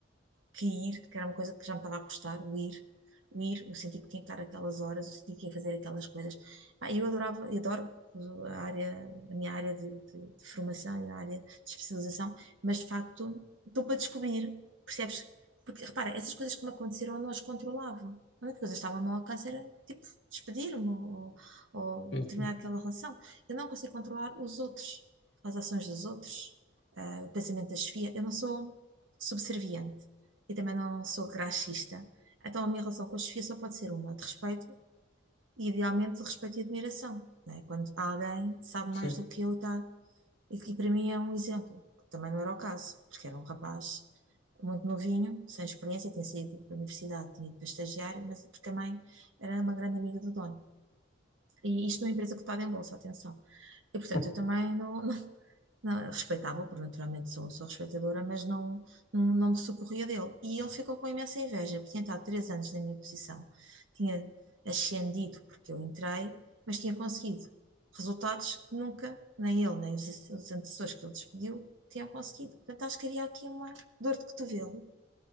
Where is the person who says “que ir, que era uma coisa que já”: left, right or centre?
Right